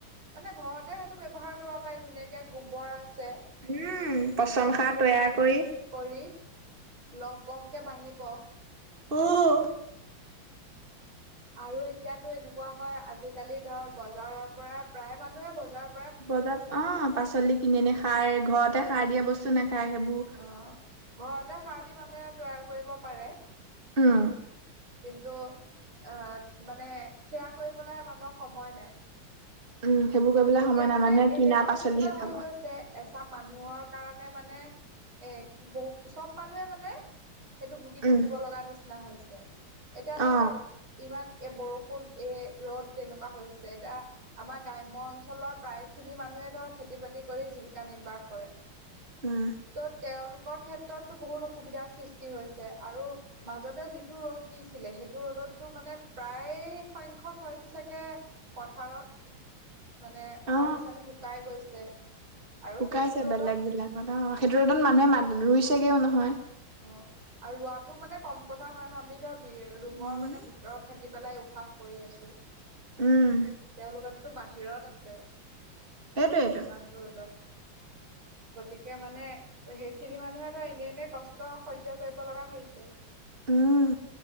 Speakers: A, on the right; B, on the right.
A: মানে ঘৰতে সেইটো ব্যৱহাৰ কৰিব পাৰি ধুনীয়াকে গোবৰ আছে।
B: উম পচন
A: লহ
B: সাৰ
A: কহকে
B: তৈয়াৰ কৰি
A: কৰি লহ পহকে বাঢ়িব।
B: অ
A: আৰু এতিয়াতো এনেকুৱা হয় আজিকালি ধৰ বজাৰৰ পৰা প্ৰায় মানুহে বজাৰ
B: বজাৰ অ পাচলি কিনি আনি খায় ঘৰতে সাৰ দিয়া বস্তু নাখায় সেইবোৰ।
A: অ', ঘৰতে সাৰ দি মানুহে তৈয়াৰ কৰিব পাৰে।
B: অ
A: কিন্তু আহ মানে সেয়া কৰিবলে মানুহক সময় নাই।
B: উম সেইবোৰ কৰিবলৈ
A: এতিয়া
B: সময় নাই
A: মানে
B: মানুহে
A: এনেকুৱা
B: কিনা পাচলিহে
A: নিচিনা হৈ
B: খাব।
A: গৈছে। এচাম মানুহৰ কাৰণে মানে এ বহু সব মানুহে মানে সেইটো ভুগি থাকিব
B: উম
A: লগা নিচিনা হৈছে। এতিয়া ধৰ
B: অ।
A: ইমান এ বৰষুণ এ ৰ'দ তেনেকুৱা হৈছে এতিয়া আমাৰ গাৱ- গ্ৰাম্য অঞ্চলৰ প্ৰায় খিনি মানুহে ধৰ খেতি বাতি কৰি জীৱিকা নিৰ্বাহ কৰে।
B: উম।
A: ত' তেওঁলোকৰ ক্ষেত্ৰতো বহুত অসুবিধাৰ সৃষ্টি হৈছে আৰু মাজতে যিটো ৰ'দ দিছিলে সেইটো ৰ'দততো মানে প্ৰায় সংখ্যক হয়তো চাগে পথাৰত মানে
B: অ
A: পানী চানী শুকাই গৈছে আৰু
B: শুকাইছে
A: সেইটো ৰ'দত
B: বেলেগ বিলাকত অ' সেইটো ৰদত মানুহে মা ৰুইছেগেও নহয়
A: অ' আৰু ৰোৱাতটো মানে কম কথা নহয় ন আমি ধৰ ৰুমৰ
B: উম।
A: মানে ভিতৰত থাক থাকি পেলাই উশাহ কৰি আছোঁ।
B: উম।
A: তেওঁলোকতোতো বাহিৰত আছে
B: সেইটোৱেইটো।
A: ইমানটো ৰ'দত। গতিকে মানে সেইখিনি মানুহে ধৰ এনেই এনে কষ্ট সহ্য কৰিব লগা হৈছে।
B: উম।